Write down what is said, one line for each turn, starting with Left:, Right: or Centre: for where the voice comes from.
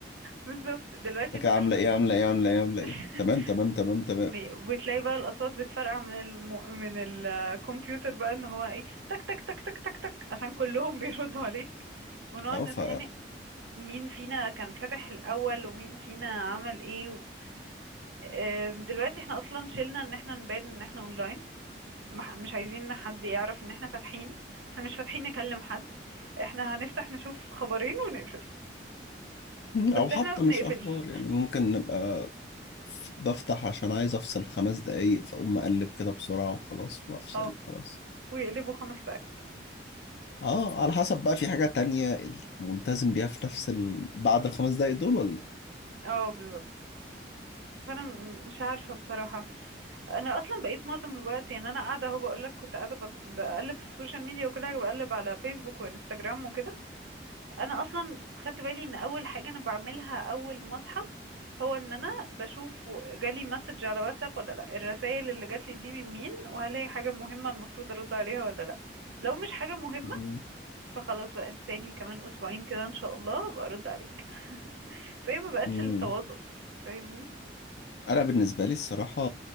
Right: بالظبط دلوقتي
Left: لك عاملة
Right: احنا
Left: ايه عاملة ايه عاملة ايه عاملة
Right: <laughs>
Left: ايه تمام تمام تمام تمام
Right: بي- وتلاقي بقى الأصوات بتفرقع من الم... من الكمبيوتر بقى ان هو ايه تك تك تك تك تك تك عشان كلهم <laughs> بيردوا عليك ونقعد
Left: اه
Right: نتخانق
Left: ف
Right: مين فينا كان فاتح الأول ومين فينا عمل ايه و... آم، دلوقتي احنا اصلا شلنا ان احنا نبان ان احنا اونلاين مح- مش عايزين إن حد يعرف ان احنا فاتحين احنا مش فاتحين نكلم حد احنا هنفتح نشوف خبرين ونقفل
Left: مم.
Right: بس
Left: او حتى
Right: احنا ما بنقفلش
Left: مش اخبار يعني ممكن نبقى ف- بفتح عشان عايز افصل خمس دقايق فاقوم مقلب كده بسرعة وخلاص وافصل
Right: اه
Left: خلاص
Right: ويقلبوا خمس ساعات
Left: اه على حسب بقى في حاجة تانية ملتزم بيها في نفس ال... بعد الخمس دقايق دول ولا لا
Right: اه بالظبط فانا م- مش عارفة بصراحة انا اصلا بقيت معظم الوقت يعني انا قاعده اهو بقول لك كنت قاعده بت- بقلب في السوشيال ميديا وكل حاجه بقلب على فيسبوك وانستجرام وكده انا اصلا خدت بالي ان اول حاجه انا بعملها اول ما اصحى هو ان انا بشوف جالي مسج على واتساب ولا لا الرسائل اللي جات لي دي من مين وهل هي حاجه مهمه المفروض ارد عليها ولا لا لو مش حاجه مهمه
Left: مم.
Right: فخلاص بقى انساني كمان اسبوعين كده ان شاء الله برد عليك <laughs> فهي ما بقتش
Left: مم.
Right: للتواصل فاهمني
Left: انا بالنسبة لي الصراحة